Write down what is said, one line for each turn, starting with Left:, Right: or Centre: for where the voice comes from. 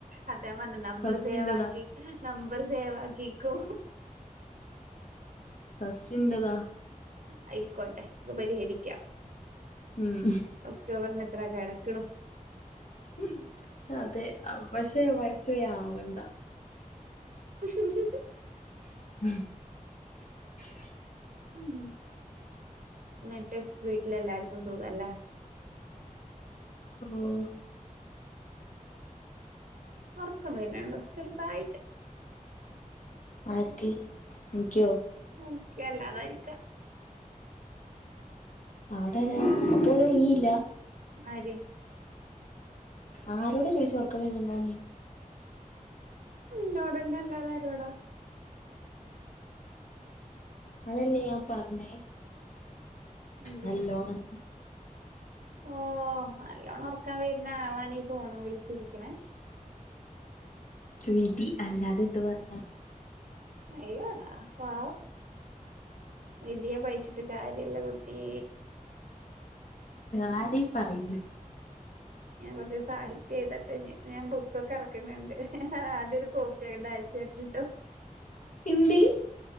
Right: അതെ ഞാൻ പറഞ്ഞ നമ്പർ
Left: ഫസ്റ്റ്
Right: സേവാ
Left: ഇന്റതാ
Right: ആക്കി നമ്പർ സേവാ ആക്കിക്കോ
Left: ഫസ്റ്റ്ന്റത
Right: ആയിക്കോട്ടെ പരിഹരിക്ക
Left: ഉം
Right: ഒക്ടോബറിന എത്ര കെടക്ക്ണു
Left: ഹുംഅതെ പക്ഷേ വയസ് യാവണ്ട
Right: <unintelligible>
Left: <inaudible>
Right: ഉം ന്ട്ട് വീട്ടിലെല്ലാർക്കും സുഖ ല്ലേ
Left: ഓ
Right: ഉറക്കം വെര്ണുണ്ടോ ചെറുതായിട്ട്
Left: ആര്ക്കി ഇനിക്കോ
Right: എനക്ക് അല്ലാതാരിക്കാ
Left: അവടാരാ അപ്പോല് ഒറങ്ങില്ല
Right: ആര്
Left: ആരോട ചോദിച്ചോ ഒറക്ക വരുന്നുണ്ടോന്ന്
Right: ഇന്നോടന്നെ അല്ലാതാരോടാ
Left: അതല്ലേ ഞാ പറഞ്ഞേ
Right: എന്ത്
Left: നല്ലോണ്
Right: ഓ നല്ലോണം ഒറക്കം വരുണ ആളണീ ഫോണും വിളിച്ചിരിക്കിണേ
Left: വിധി അല്ലാതെ പറയാ
Right: അയ്യോടാ പാവം വിധിയെ പൈച്ചിട്ട് കാര്യല്ല കുട്ടി
Left: ആര ഈ പറിയിണ്
Right: ഞാൻ കൊറച്ച് സാഹിത്യ എഴ്തട്ടിനി ഞാൻ ബുക്കൊക്കെ എറക്ക്ന്ന്ണ്ട് ആദ്യ ഒരു കോപ്പിയങ്ങട്ടയ <unintelligible>
Left: ഹിന്ദി